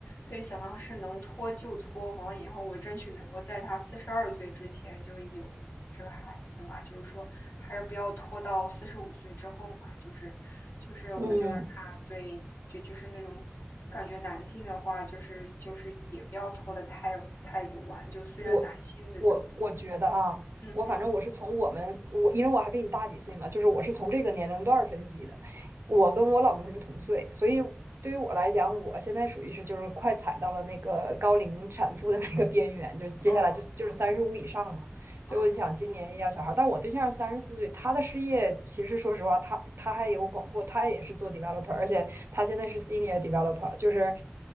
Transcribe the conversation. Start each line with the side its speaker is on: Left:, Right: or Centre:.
Left: 对，想到是能拖就拖，完了以后我争取能够在他四十二岁之前就有这个孩子嘛，就是说还是不要拖到四十五岁之后嘛，就是就是我就是怕对，
Right: 嗯。
Left: 就就是那种感觉男性的话，就是就是也不要拖得太太晚，就虽然男性的就
Right: 我我我觉得啊，
Left: 嗯哼
Right: 我反正我是从我们我，因为我还比你大几岁嘛，就是我是从这个年龄段儿分析的。我跟我老公是同岁，所以对于我来讲，我现在属于是就是快踩到了那个高龄产妇的那个边缘，就是接下来就就是三十五以上嘛。
Left: 嗯
Right: 所以我就想今年要小孩儿，
Left: 嗯
Right: 但我对象三十四岁，他的事业其实说实话，他他还有广阔，他也是做 developer，而且他现在是 senior developer，就是。